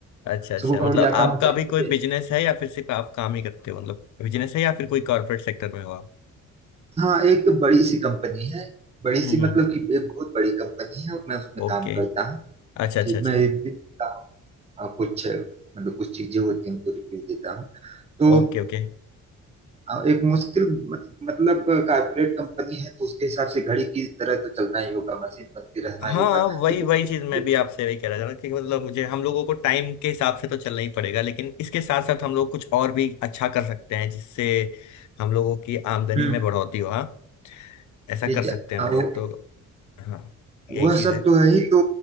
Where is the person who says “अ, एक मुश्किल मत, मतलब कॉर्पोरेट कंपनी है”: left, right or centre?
Right